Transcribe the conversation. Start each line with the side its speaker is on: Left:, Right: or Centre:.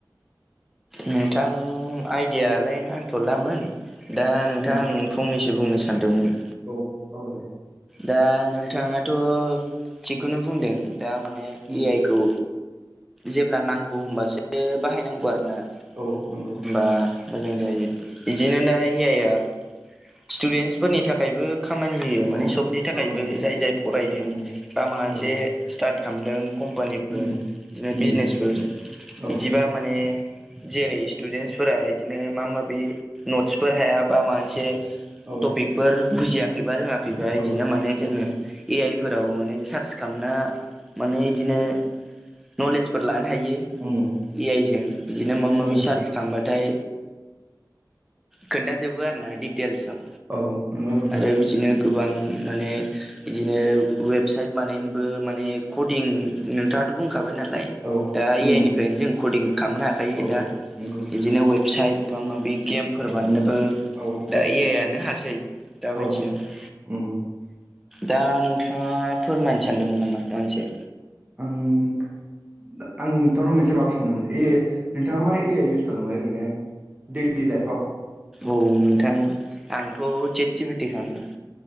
Centre: नोंथां आइडियालाय नांथ'लामोन दा नोंथां
Right: उम
Centre: फंनैसो बुंनो सानदोंमोन।
Right: औ औ दे
Centre: दा नोंथाङाथ' थिगखौनो बुंदों दा माने ए
Right: उम
Centre: आइखौ जेब्ला नांगौ होनबासो बाहायनांगौ आरो ना।
Right: औ नंगौ
Centre: होनबा मोजां जायो। बिदिनो दाहाय ए आइआ स्टुदेन्सफोरनि थाखायबो खामानि होयो माने
Right: औ
Centre: सबनि थाखायबो
Right: औ नंगौ
Centre: जाय जाय फरायदों
Right: उम
Centre: बा माबा मोनसे
Right: औ
Centre: स्टार्ट खालामदों कम्पानिफोर
Right: उम
Centre: बिदिनो
Right: उम
Centre: बिजनेसफोर
Right: औ
Centre: बिदिबा माने जेरै स्टुदेन्सफोरा बिदिनो मा माबि नटसफोर हायाबा मा मोनसे
Right: औ
Centre: बेफोर बुजियाखैबा रोङाखैबा बिदिनो
Right: औ
Centre: माने जोङो
Right: उम
Centre: ए आइफोराव माने सार्च खालामना माने बिदिनो नलेजफोर लानो हायो
Right: उम
Centre: ए आइजों बिदिनो माबा माबि
Right: उम
Centre: सार्च थांबाथाय खोन्थाजोबो आरो ना डिटेल्साव
Right: औ नंगौ नोंथां
Centre: आरो बिदिनो गोबां माने बिदिनो वेबसाइट बानायनोबो माने कदिं नोंथाङाथ' बुंखाबाय नालाय।
Right: औ
Centre: दा ए
Right: उम
Centre: आइनिफ्रायनो जों कदिं खालामनो हाखायो
Right: औ
Centre: दा
Right: नंगौ
Centre: बिदिनो वेबसाइट माबा माबि गेमफोर बाननोबो
Right: उम औ
Centre: दा ए आइयानो हासै दाबायदियाव
Right: औ उम
Centre: दा नोंथाङा फोरमायनो सानदोंमोन नामा माबा मोनसे?
Right: आं आं नोंथांनाव मोनसे माबा सोंदोंमोन ए नोंथाङा मा ए आइ उयुस खालामो ओरैनो? दैलि लाइफाव
Centre: औ नोंथां आंथ' सेतजिभेथि खालामो।